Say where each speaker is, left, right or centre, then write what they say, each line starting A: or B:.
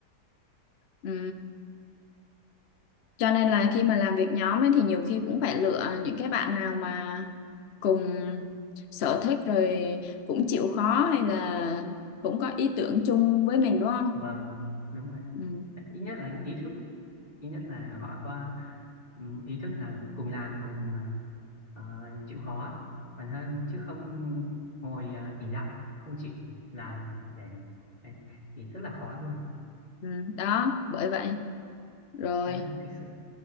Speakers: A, on the left (about 55°); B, on the left (about 30°).
A: ừ Cho nên là khi mà làm việc nhóm ấy thì nhiều khi cũng phải lựa những cái bạn nào mà cùng sở thích rồi cũng chịu khó hay là cũng có ý tưởng chung với mình đúng không?
B: vâng đúng rồi
A: Ừ,
B: ít nhất là ý thức ít nhất là họ có ừm, ý thức là cùng làm cùng à, ờ, chịu khó còn hơn chứ không ngồi à, ỷ lại không chịu làm để đấy, thì rất là khó luôn
A: ừ, đó, bởi vậy. Rồi,
B: đó, thực sự